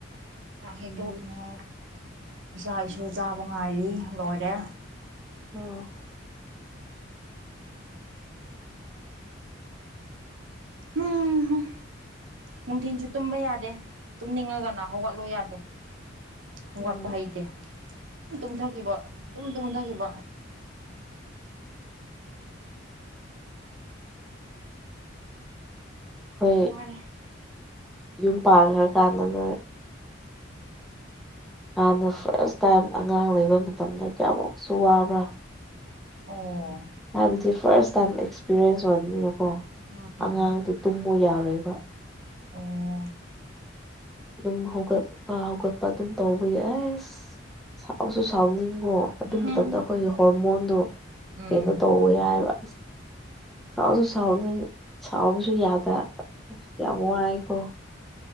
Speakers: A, on the right; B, in the centre.
A: ꯆꯥꯛ ꯍꯦꯛ
B: ꯎꯝ
A: ꯇꯣꯛꯏꯅꯦ ꯏꯆꯥ ꯏꯁꯨ ꯆꯥꯕ ꯉꯥꯏꯔꯤ ꯂꯣꯏꯔꯦ
B: ꯑꯣ <unintelligible>
A: ꯍꯨꯝ ꯍꯨꯝ ꯅꯨꯡꯊꯤꯟꯁꯨ ꯇꯨꯝꯕ ꯌꯥꯗꯦ ꯇꯨꯝꯅꯤꯡꯉꯒꯅ ꯍꯧꯒꯠꯂꯣ ꯌꯥꯗꯦ ꯍꯧꯒꯠꯄ
B: ꯎꯝ
A: ꯍꯩꯇꯦ ꯇꯨꯝꯊꯈꯤꯕ ꯑꯗꯨꯝ ꯇꯨꯝꯊꯈꯤꯕ
B: ꯍꯣꯏ
A: ꯋꯥꯔꯦ
B: ꯌꯨꯝ ꯄꯥꯟꯈ꯭ꯔ ꯀꯥꯟꯗꯅꯦ ꯍꯥꯟꯅ ꯐꯔꯁ ꯇꯥꯏꯝ ꯑꯉꯥꯡ ꯂꯩꯕ ꯃꯇꯝꯗ ꯀꯌꯥꯃꯨꯛꯁꯨ ꯋꯥꯕ꯭ꯔꯥ
A: ꯑꯣ
B: ꯍꯥꯏꯕꯗꯤ ꯐꯔꯁ ꯇꯥꯏꯝ ꯑꯦꯛꯁꯄꯤꯔꯤꯌꯦꯟꯁ ꯑꯣꯏꯕꯅꯤꯅꯀꯣ
A: ꯎꯝ
B: ꯑꯉꯥꯡꯗꯨ ꯇꯨꯝꯃꯣ ꯌꯥꯔꯣꯏꯕ
A: ꯑꯣ
B: ꯑꯗꯨꯝ ꯍꯧꯒꯠꯄ ꯍꯧꯒꯠꯄ ꯑꯗꯨꯝ ꯇꯧꯕ ꯌꯥ ꯑꯁ ꯁꯥꯎꯁꯨ ꯁꯥꯎꯅꯤꯡꯉꯣ ꯑꯗꯨ
A: ꯎꯝꯍꯨꯝ
B: ꯃꯇꯝꯗ ꯑꯩꯈꯣꯏꯒꯤ ꯍꯣꯔꯃꯣꯟꯗꯣ
A: ꯎꯝ
B: ꯀꯩꯅꯣ ꯇꯧꯋꯦ ꯍꯥꯢꯕ ꯁꯥꯎꯁꯨ ꯁꯥꯎꯅꯤꯡ ꯁꯥꯎꯕꯁꯨ ꯌꯥꯗ ꯑ ꯌꯥꯝ ꯋꯥꯏꯀꯣ